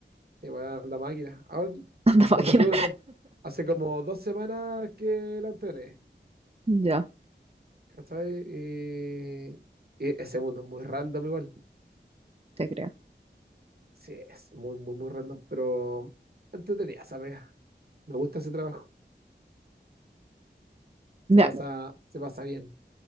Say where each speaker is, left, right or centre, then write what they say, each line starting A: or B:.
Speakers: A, on the right; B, on the right.
A: y weón, la máquina. Ahora,
B: <laughs> Anda máquina.
A: cuando tú la- hace como dos semanas que la entrené,
B: Ya,
A: ¿cachai? Y, y ese mundo es muy random igual.
B: te creo.
A: Sí, es muy, muy, muy random, pero entretenida esa pega. Me gusta ese trabajo.
B: Mira,
A: Se pasa, se pasa bien.